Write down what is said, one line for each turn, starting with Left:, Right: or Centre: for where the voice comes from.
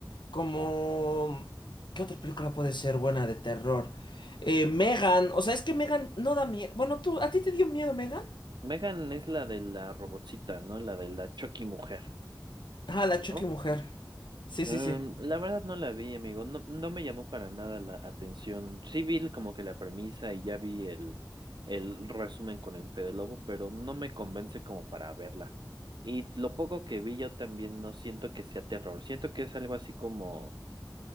Left: como... ¿Qué otra película puede ser buena de terror? Eh, Megan, o sea, es que Megan no da miedo. Bueno, tú, ¿a ti te dio miedo Megan?
Right: Megan es la de la robotcita, ¿no? La de la Chucky mujer,
Left: Ah, la
Right: ¿o
Left: Chucky
Right: no?
Left: mujer. Sí, sí,
Right: Em,
Left: sí.
Right: la verdad no la vi, amigo. No, no me llamó para nada la atención. Sí vi como que la premisa y ya vi el, el resumen con el Fede Lobo, pero no me convence como para verla. Y lo poco que vi yo también no siento que sea terror. Siento que es algo así como,